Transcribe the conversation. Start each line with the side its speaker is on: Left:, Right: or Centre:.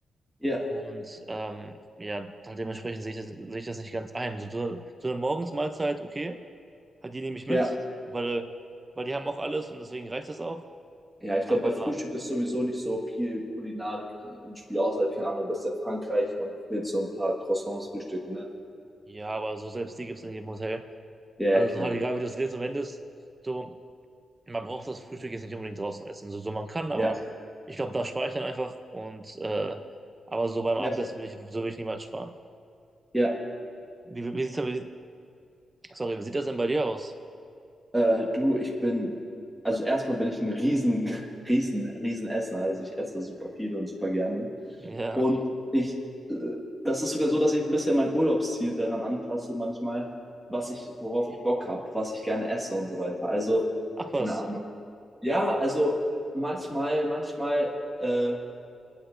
Centre: ja,
Right: Und ähm, ja, halt dementsprechend sehe ich, das- sehe ich das nicht ganz ein. So, so so eine Morgensmahlzeit, okay, halt die nehme ich mit,
Centre: ja.
Right: weil, weil die haben auch alles und deswegen reicht das auch.
Centre: Ja, ich
Right: Aber
Centre: glaube, bei Frühstück ist sowieso nicht so viel Kulinarik äh, im Spiel, außer, keine Ahnung, du bist in Frankreich und willst so ein paar Croissants frühstücken, ne?
Right: ja, aber so selbst die gibt es in jedem Hotel.
Centre: Ja,
Right: Also
Centre: ja,
Right: es
Centre: klar.
Right: ist halt egal, wie du es drehst und wendest, so man braucht das Frühstück jetzt nicht unbedingt draußen essen, so, so man kann, aber
Centre: Ja,
Right: ich glaube, da spare ich dann einfach und äh, aber so beim
Centre: ja,
Right: Abendessen will ich, so will ich niemals sparen.
Centre: ja.
Right: Wie, wie sieht's denn, wie, sorry, wie sieht das denn bei dir aus?
Centre: Äh, du, ich bin, also erstmal bin ich ein riesen, <laughs> riesen, riesen Esser. Also ich esse super viel und super gerne.
Right: Ja.
Centre: Und ich, äh, das ist sogar so, dass ich ein bisschen mein Urlaubsziel daran anpasse manchmal, was ich, worauf ich Bock habe, was ich gerne esse und so weiter. Also,
Right: <laughs> Ach was.
Centre: keine Ahnung. Ja, also manchmal, manchmal äh,